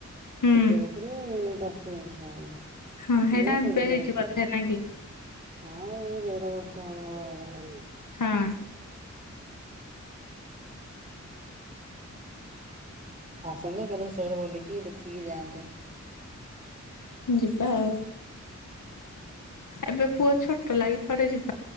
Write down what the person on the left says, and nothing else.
ହୁଁ
ହଁ
ସେଇଟା
ଏବେ
ହେଇଛି
ବୋଧେ ନାଇଁ କି
ହଁ।
ଯିବା ଆଉ ଏବେ ପୁଅ ଛୋଟ ଲାଗି କୁଆଡେ ଯିବା।